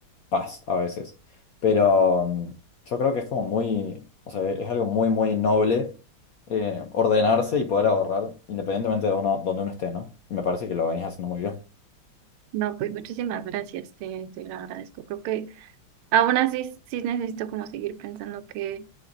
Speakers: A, on the left; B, on the right.
A: paz a veces. Pero mm, yo creo que es como muy, o sea, es algo muy, muy noble eh, ordenarse y poder ahorrar independientemente de uno, donde uno esté, ¿no? Me parece que lo venís haciendo muy bien.
B: No, pues muchísimas gracias, te, te lo agradezco. Creo que aún así sí necesito como seguir pensando qué